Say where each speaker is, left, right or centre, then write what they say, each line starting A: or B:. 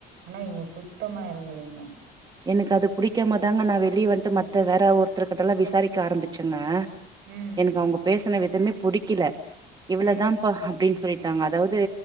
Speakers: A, on the right (about 85°); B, on the right (about 25°).
A: ஆனா இவுங்க சுத்தமா எறங்கலேங்கோ
B: எனக் அது புடிக்காமதாங்க நா வெளிய வந்ட்டு மத்த வேற ஒருத்தர்கிட்டலா விசாரிக்க ஆரம்பிச்சேங்க
A: ம்
B: எனக்கு
A: ம்
B: அவுங்க பேசுன விதமே புடிக்கல இவ்ளதான்ப்பா
A: ம்
B: அப்டின் சொல்லிட்டாங்க அதாவது